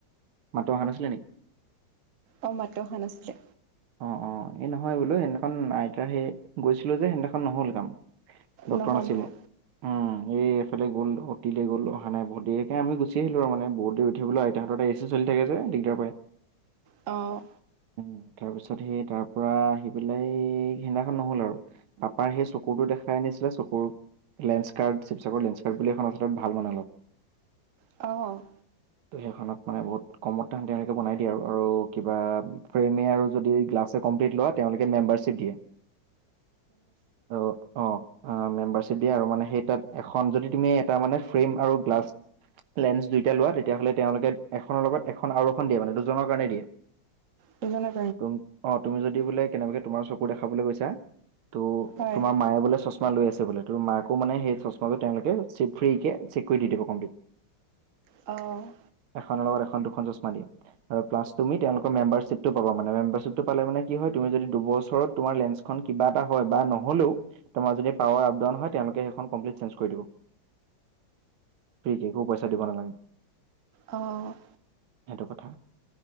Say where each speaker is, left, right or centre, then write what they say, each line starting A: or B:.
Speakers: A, on the right; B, on the right.
A: মাতটো অহা নাছিলে নি?
B: অ', মাতটো অহা নাছিলে।
A: অ', অ', এই নহয় বোলো সিদিনাখন আইতাৰ সেই গৈছিলোঁ যে সিদিনাখন নহ'ল কাম। ডক্টৰ
B: নহয়
A: নাছিলে।
B: নহয়
A: উম এই এইফালে গ'ল, অটিলে গ'ল। অহা নাই বহুত দেৰি। একে আমি গুচি আহিলোঁ। আৰু মানে বহুত দেৰি ৰৈ থাকিবলৈ আইতাহঁতৰ এতিয়া এজ চলি থাকে যে দিগদাৰ পায়।
B: অ'।
A: উম, তাৰপিছত সেই তাৰ পৰা আহি পেলাই সেইদিনাখন নহ'ল আৰু। পাপাৰ সেই চকুটো দেখাই আনিছিলে চকুৰ লেন্সকাৰ্ড চিবচাগৰত লেন্সকাৰ্ড বুলি এখন আছলত ভাল মানে অলপ।
B: অ',
A: তো সেইখনত মানে বহুত কমত তাহাঁতে এনেকে বনাই দিয়ে আৰু কিবা ফ্ৰেমে আৰু যদি গ্লাছে কমপ্লিট লোৱা তেওঁলোকে মেম্বাৰশ্বিপ দিয়ে। অ', অ'। অহ, মেম্বাৰশ্বিপ দিয়ে আৰু মানে সেই তাত এখন যদি তুমি এটা মানে ফ্ৰেম আৰু গ্লাছ লেন্স দুইটা লোৱা তেতিয়াহ'লে তেওঁলোকে এখনৰ লগত এখন আৰু এখন দিয়ে, মানে দুজনৰ কাৰণে দিয়ে।
B: বুজা নাই।
A: তুম অ', তুমি যদি বোলে কেনেবাকে তোমাৰ চকু দেখাবলৈ গৈছা তো
B: হয়।
A: তোমাৰ মায়ে বোলে চছ চছমা লৈ আছে বোলে তো মাকো মানে সেই চছমাযোৰ তেওঁলোকে চিত ফ্ৰী কে চেক কৰি দি দিব কমপ্লিট। <inaudible>
B: অ'।
A: এখনৰ লগত এখন দুখন চছমা দিয়ে। আৰু প্লাছ তুমি তেওঁলোকৰ মেম্বাৰশ্বিপটো পাবা। মানে মেম্বাৰশ্বিপটো পালে মানে কি হয় তুমি যদি দুবছৰত তোমাৰ লেন্ঞ্চখন কিবা এটা হয় বা নহ'লেও তোমাৰ যদি পাৱাৰ আপ-ডাউন হয়, তেওঁলোকে সেইখন কমপ্লিট চেঞ্জ কৰি দিব। ফ্ৰীকে, একো পইচা দিব নালাগে।
B: অ'।
A: সেইটো কথা।